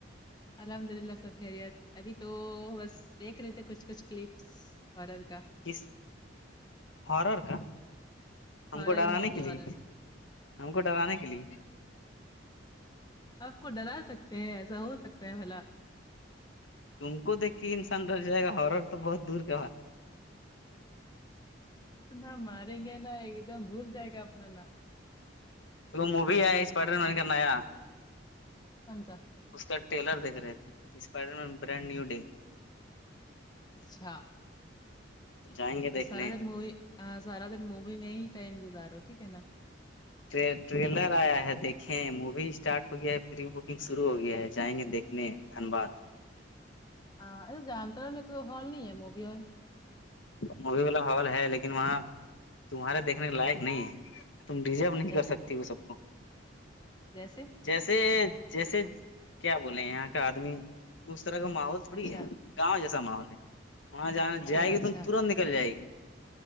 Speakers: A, on the left (about 20°); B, on the left (about 80°).
A: الحمد اللہ سب خیریت ابھی تو بس دیکھ رہے تھے کچھ کچھ کلپس ہارر کا
B: کس ہارر کا ہم
A: ہارر
B: کو ڈرانے
A: مووی
B: کے
A: ہارر
B: لیے
A: مووی
B: ہم کو ڈرانے کے لیے
A: آپ کو ڈرا سکتے ہیں ایسا ہو سکتا ہے بھلا
B: تم کو دیکھ کے انسان ڈر جائےگا ہارر تو بہت دور کا
A: اتنا ماریں گے نا ایک دم بھول جائے گا اپنا نام
B: وہ مووی ہے سپائیڈر من کا نیا
A: کونسا
B: اس کا ٹیلر دیکھ رہے تھے Spider Man brand new day
A: اچھا
B: جائیں گے دیکھنے
A: بس سارا دن مووی ہاں سارا دن مووی میں ہی ٹائم گزارو ٹھیک ہے نا
B: ٹ ٹریلر آیا ہے دیکھیں مووی اسٹارٹ ہو گیا ہے پری بکنگ شروع ہو گیا ہے جائیں گے دیکھنے دھنباد
A: ہاں اجانتا ہے میں کوئی ہال نہیں ہے مووی ہال
B: مووی والا ہال ہے لیکن وہاں تمہارے دیکھنے کے لائق نہیں ہے تم ڈیزرو نہیں
A: جیسے
B: کر سکتی وہ سب کو
A: جیسے
B: جیسے جیسے کیا بولیں یہاں کا آدمی اس طرح کا ماحول تھوڑی
A: اچھا
B: ہے گاؤں جیسا ماحول ہے وہاں جانا
A: او
B: جائے گی
A: اچھا
B: تو ترنت نکل جائے گی